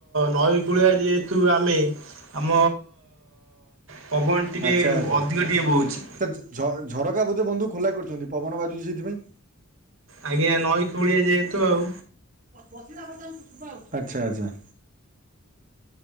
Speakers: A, on the right (about 65°); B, on the right (about 40°).
A: ନଈ କୂଳିଆ ଯେହେତୁ ଆମେ ଆମ ପବନ ଟିକେ
B: ଆଚ୍ଛା ଆଚ୍ଛାଝ
A: ଅଧିକ ଟିକେ ବହୁଛି।
B: ଝରକା ବୋଧେ ବନ୍ଧୁ ଖୋଲା କରୁ ପବନ ବାଜୁଛି ସେଥିପାଇଁ।
A: ଆଜ୍ଞା ନଈ କୂଳିଆ ଯେହେତୁ ଆଉ
B: ବସିଲା କଥା ହଉୁ ୁ ହଉଛୁ। ଆଚ୍ଛା ଆଚ୍ଛା।